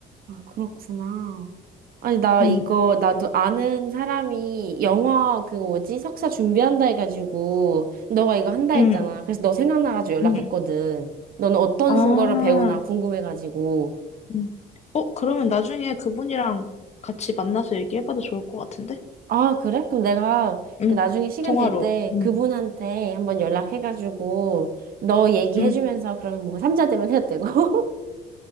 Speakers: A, on the right; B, on the left.
A: 아, 그렇구나. 아니, 나
B: 음,
A: 이거, 나도 아는 사람이 영화 그 뭐지? 석사 준비한다 해가지고, 너가 이거 한다 했잖아.
B: 음,
A: 그래서 너 생각나가지고 연락했거든.
B: 음.
A: 너는 어떤
B: 아,
A: 거를 배우나 궁금해가지고.
B: 음. 어, 그러면 나중에 그분이랑 같이 만나서 얘기해봐도 좋을 것 같은데?
A: 아, 그래? 그럼 내가
B: 응,
A: 그 나중에 시간
B: 통화로.
A: 될 때
B: 음.
A: 그분한테 한번 연락해가지고 너 얘기해주면서
B: 응.
A: 그러면 뭐 삼자 되면 해도 되고. <laughs>